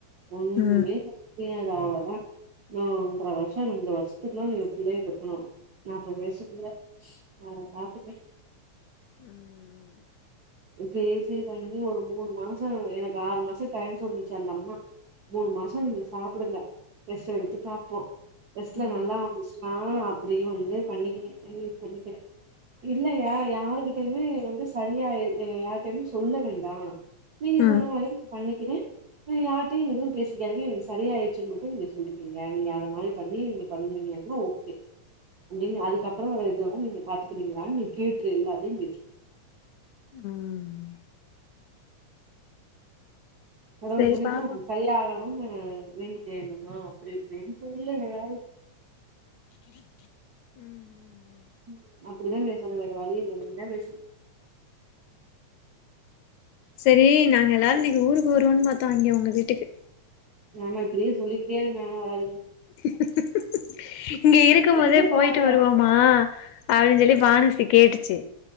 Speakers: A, on the right; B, on the left.
A: ஒன்னுமே
B: ம்
A: <unintelligible> து அவ்ளோதா நா ஒன்றர வருஷோ ரெண்டு வருஷத்துக்குல்ல நீ பிள்ளய பெக்கணு நாப்பது வயசுக்குள்ள ஸ் அத பாத்துக்க
B: ம்
A: பேசி பண்ணி ஒரு மூணு மாசோ எனக்கு ஆறு மாசோ டைம் சொன்னுச்சு அந்த அம்மா மூணு மாசோ நீங்க சாப்டுங்க டெஸ்ட் எடுத்து பாப்போம் டெஸ்ட்ல
B: ம்
A: நல்லா வந்துச் நான் அப்பிடியும் வந்து பண்ணிக்கிறேன் <unintelligible> பண்ணிக்கிறேன் இல்லையா யாருகிட்டயுமே வந்து சரியா எ ஆ யார்கிட்டையும் சொல்ல வேண்டாம் நீங்க
B: ம்
A: சொன்ன மாரிங் பண்ணிக்கிறேன் நீங்க யார்கிட்டயும் எதுவும் பேசிக்காதீங்க எனக்கு சரியா ஆயிடுச்சுனு மட்டும் நீங்க சொல்லிக்கிங்க நீங்க அத மாரி பண்ணி நீங்க பண்ணீங்கிறம் ஓகே <unintelligible> அதுக்கப்புறம் வர இது வந்து நீங்க பார்த்துக்கிறீங்களான்னு நீங்க கேட்ரு எல்லாத்தையும் கேட்ரு
B: ம்
A: கடவுள்
B: சரி
A: புண்ணியத்துல
B: பாப்போ
A: உங்களுக் சரியகணும்னு வேண்டிக் ஏணும்மா அப்பிடி இப்பிடின்னு சொல்லு ஏதாவது <inaudible>
B: ம் ம் ம்
A: ம் அப்படித்தான் பேசணும் வேற வழி இல்ல நீங்க தான் பேசணும்
B: சரி நாங்க எல்லாரும் இன்னக்கு ஊருக்கு வருவோன்னு பாத்தோம் அங்கே உங்க வீட்டுக்கு
A: ஆமா இப்பிடியே சொல்லிக்கிட்டே இருங்க ஆனா வராதீங்க
B: <inaudible> இங்க இருக்கும் போதே
A: இதுக்கு
B: போயிட்டு
A: வாங்க
B: வருவோமா அப்டின்னு சொல்லி பானுசி கேட்டுச் சு